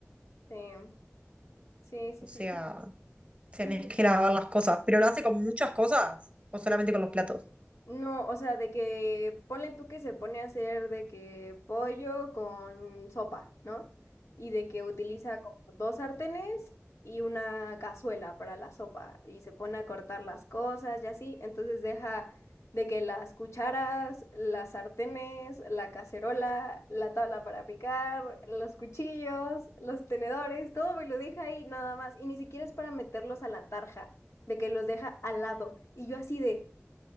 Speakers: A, on the left (about 85°); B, on the right (about 25°).
A: em, Sí, sí,
B: O
A: sí,
B: sea,
A: sí.
B: tenés
A: Sí,
B: que lavar las cosas. ¿Pero lo hace con muchas cosas o solamente con los platos?
A: No, o sea, de que ponle tú que se pone a hacer de que pollo con sopa, ¿no? Y de que utiliza como dos sartenes y una cazuela para la sopa y se pone a cortar las cosas y así. Entonces deja de que las cucharas, las sartenes, la cacerola, la tabla para picar, los cuchillos, los tenedores, todo me lo deja ahí nada más. Y ni siquiera es para meterlos a la tarja, de que los deja al lado. Y yo así de...